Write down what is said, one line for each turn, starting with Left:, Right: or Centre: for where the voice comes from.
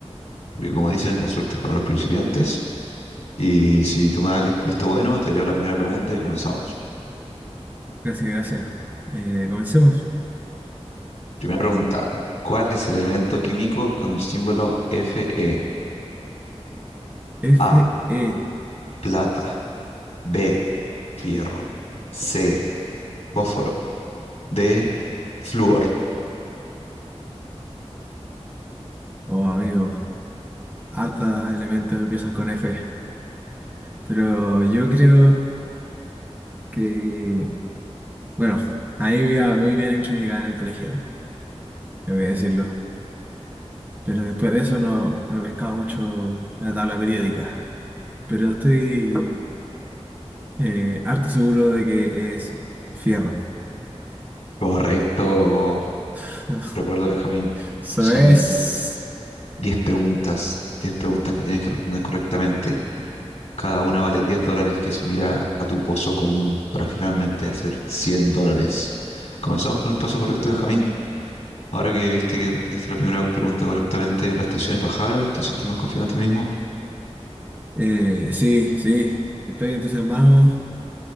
Left: porque como dicen, la suerte es para los principiantes. Y si tú me das li- visto bueno, te leo la primera pregunta y comenzamos.
Right: Gracias, gracias. Eh, comencemos.
Left: Primera pregunta, ¿cuál es el elemento químico con el símbolo Fe?
Right: F-E.
Left: A, plata, B, fierro, C, fósforo, D, flúor.
Right: Oh, amigo. Hartos elementos empiezan con F. Pero yo creo que... Bueno, ahí me iba muy bien en química en el colegio, tengo que decirlo. Pero después de eso no, no he pescado mucho la tabla periódica. Pero estoy Eh, harto seguro de que es fierro.
Left: Correcto,
Right: <laughs>
Left: recuerdo Benjamín,
Right: Eso
Left: son
Right: es.
Left: 10 preguntas, 10 preguntas que tienes que responder correctamente. Cada una vale diez dólares que se unirá a tu pozo común para finalmente hacer 100 dólares. Comenzamos con el paso correcto, Benjamín. Ahora que viste que respondiste la primera pregunta correctamente, las tensiones bajaron, ¿te sientes más confiado en ti mismo?
Right: Eh, sí, sí. Estoy entusiasmado.